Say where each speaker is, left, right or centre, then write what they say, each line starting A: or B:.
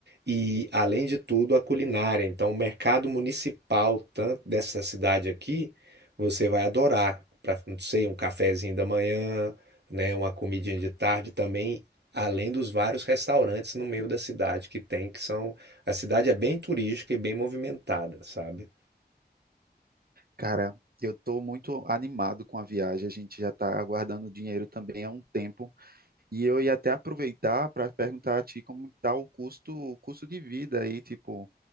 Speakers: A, on the right; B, on the right.
A: E, além de tudo, a culinária. Então, o mercado municipal tanto dessa cidade aqui, você vai adorar. Para, não sei, um cafezinho da manhã, né, uma comidinha de tarde também, além dos vários restaurantes no meio da cidade que tem, que são... A cidade é bem turística e bem movimentada, sabe?
B: Cara, eu estou muito animado com a viagem, a gente já está aguardando o dinheiro também há um tempo, e eu ia até aproveitar para perguntar a ti como está o custo, o custo de vida aí, tipo,